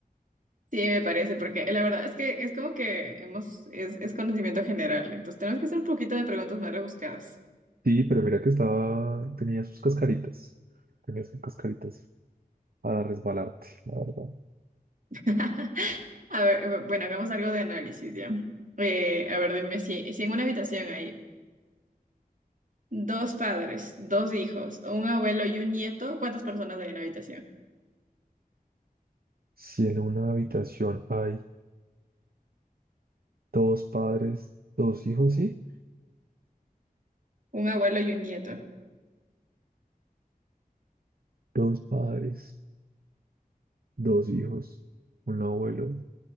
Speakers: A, on the right; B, on the right.
A: Sí, me parece, porque la verdad es que es como que hemos, es, es conocimiento general, entonces tenemos que hacer un poquito de preguntas más rebuscadas.
B: Sí, pero mira que estaba, tenía sus cascaritas. Tenía sus cascaritas para resbalarte, la verdad.
A: <laughs> A ver, eh, bueno, hagamos algo de análisis ya. Eh, a ver, dime si, si en una habitación hay dos padres, dos hijos, un abuelo y un nieto, ¿cuántas personas hay en la habitación?
B: Si en una habitación hay dos padres, dos hijos, ¿sí?
A: Un abuelo y un nieto.
B: Dos padres, dos hijos, un abuelo